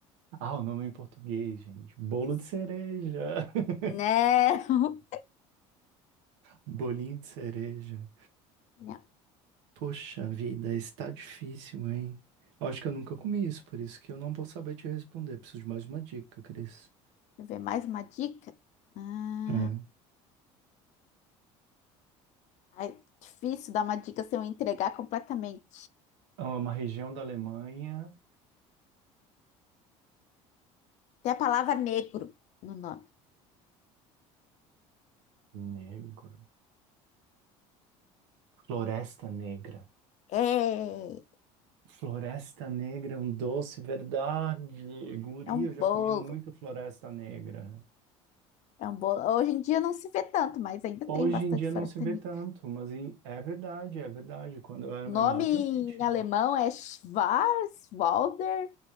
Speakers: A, on the right; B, on the left.
A: Ah, o nome em português, gente. Bolo
B: Isso.
A: de cereja. <laughs>
B: Não.
A: Bolinho de cereja.
B: <laughs> Não.
A: Poxa vida, está difícil, hein? Acho que eu nunca comi isso, por isso que eu não vou saber te responder. Preciso de mais uma dica, Cris.
B: Deixa eu ver mais uma dica. Hum,
A: É.
B: ai, difícil dar uma dica sem eu entregar completamente.
A: É uma região da Alemanha.
B: Tem a palavra negro no nome.
A: Negro. Floresta Negra.
B: É,
A: Floresta Negra é um doce, verdade. Guri,
B: é um
A: eu
B: bolo.
A: já comi muito Floresta Negra.
B: É um bolo. Hoje em dia não se vê tanto, mas ainda
A: Hoje
B: tem bastante
A: em dia
B: floresta
A: não se vê
B: negra.
A: tanto, mas em- é verdade, é verdade. Quando eu era
B: O
A: menor
B: nome em
A: também tinha.
B: alemão é Schwarzwälder